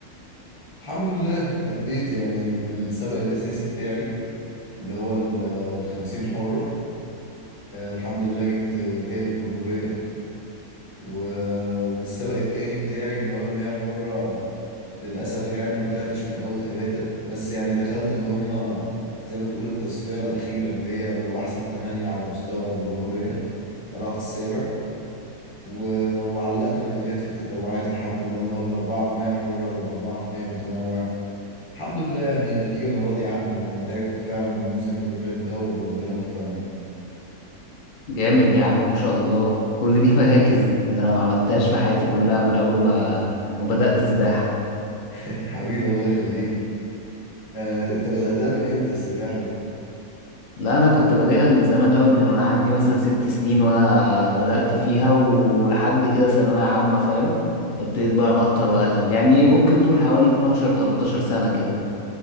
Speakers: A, on the left (about 25°); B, on the left (about 70°).
A: الحمد لله اديت يعني في السبق الاساسي بتاعي اللي هو ال- الخمسين حرة آه، الحمد لله جبت آه، تالت جمهورية و- وفي السبق التاني بتاعي اللي هو المية حرة للأسف يعني ما طلعتش من أول ثلاثة بس يعني دخلت اللي هم زي ما تقول التصفية الأخيرة اللي هي بيبقوا أحسن تمانية على مستوى الجمهورية طلعت السابع و... وعلقت ميداليات في التتابعات الحمد لله اللي هو الأربعة في مية حرة والأربعة في مية متنوع الحمد لله يعني نتيجة أنا راضي عنها أنا تعبت فعلا الموسم اللي فات ده وربنا وفقني
B: جامد يا عم ما شاء الله كل دي <laughs> مراكز ده انا ما عملتهاش في حياتي كلها من اول ما ما بدأت سباحة
A: <laughs> حبيبي الله يخليك آه، أنت بدأتها من إمتى السباحة دي؟
B: لا انا كنت بادئها من زمان قوي من وانا عندي مثلا ست سنين وانا بدأت فيها ولحد كده ثانوية عامة فاهم ابتديت بقى ابطل واقلل يعني إيه، ممكن تقول حوالي 12 13 سنة كده